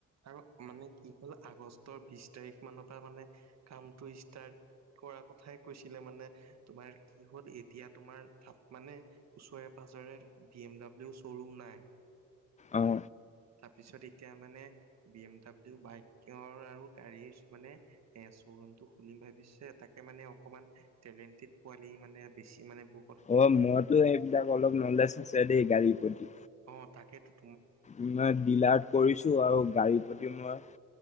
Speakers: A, on the right; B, on the left.
A: আৰু মানে কি হ'ল আগষ্টৰ বিশ তাৰিখ মান পা মানে কামটো ষ্টাৰ্ট কৰা কথাই কৈছিলে মানে তোমাৰ কি হ'ল এতিয়া তোমাৰ তাপ মানে ওচৰে পা পাজৰে বি এম ডাব্লিউ শ্ব'ৰুম নাই ৷
B: আহ
A: পিছত এতিয়া মানে বি এম ডাব্লিউ বাইকৰ আৰু গাড়ীৰ মানে এ শ্ব'ৰুম টো খুলিম ভাবিছে তাকে মানে অকমান টেলেন্টি পোৱালি মানে বেছি মানে বু
B: অ মইতো সেইবিলাক অলপ নলেজ আছে দেই গাড়ীৰ প্ৰতি
A: অ তাকেইটো৷
B: ই ডিলাৰ্ট কৰিছো আৰু গাড়ীৰ প্ৰতি মই